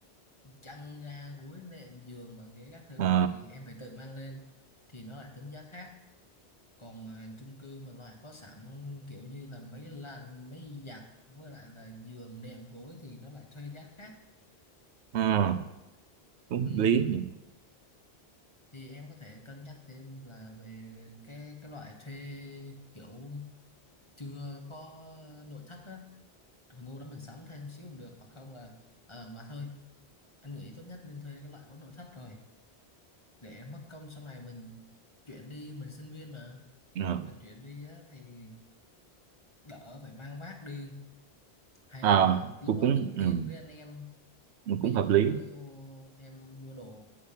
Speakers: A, on the left; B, on the right.
A: chăn ga gối nệm giường bàn ghế các thứ
B: ờ,
A: thì em phải tự mang lên thì nó lại tính giá khác còn mà chung cư mà loại có sẵn kiểu như là mấy là mấy giặt với lại là giường đệm gối thì nó lại thuê giá khác
B: ờ, cũng hợp
A: ừ.
B: lý. nhỉ.
A: thì em có thể cân nhắc thêm là về cái cái loại thuê kiểu chưa có nội thất á mua đó mình sắm thêm xíu cũng được hoặc không là ờ mà thôi anh nghĩ tốt nhất nên thuê cái loại có nội thất rồi để mất công sau này mình chuyển đi mình sinh viên mà
B: Ờ,
A: mình chuyển đi á thì đỡ phải mang vác đi hay
B: ờ,
A: là lúc
B: cũng
A: đó
B: cũng
A: tính tiền với anh em
B: ừ,
A: ví
B: cũng
A: dụ
B: hợp
A: em
B: lý.
A: mới vô em mua đồ